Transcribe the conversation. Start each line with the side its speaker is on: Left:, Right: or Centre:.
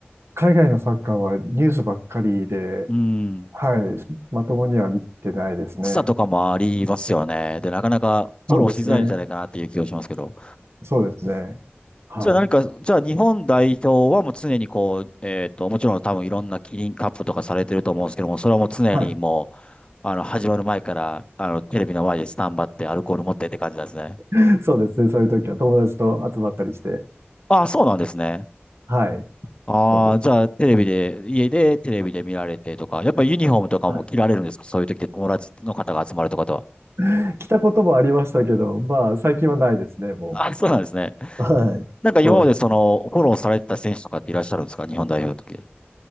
Right: 海外のサッカーはニュースばっかりで、
Left: うん。
Right: はい、まともには見てないですね。
Left: 時差とかもありますよね。で、なかなかフォローしづらいんじゃないかなっていう気がしますけど。
Right: そうですね。そうですね。は
Left: じゃあ何か、じゃあ日本代表はもう常にこう、えっと、もちろん多分いろんなキリンカップとかされてると思うんですけども、それはもう常にもう、
Right: い。はい。
Left: あの、始まる前から、あの、テレビの前でスタンバってアルコール持ってって感じなんですね。
Right: <laughs> そうですね。そういう時は友達と集まったりして。
Left: ああ、そうなんですね。
Right: はい。
Left: ああ、
Right: そうです。
Left: じゃあテレビで、家でテレビで見られてとか、やっぱりユニフォームとかも着られるんですかそういう時で友達の方が集まるとかとは。
Right: はい。<laughs> 来たこともありましたけど、まあ、最近はないですね、も
Left: ああ、そうなんですね。
Right: う。はい。
Left: なんか今までその、
Right: そう。
Left: フォローされてた選手とかっていらっしゃるんですか日本代表の時。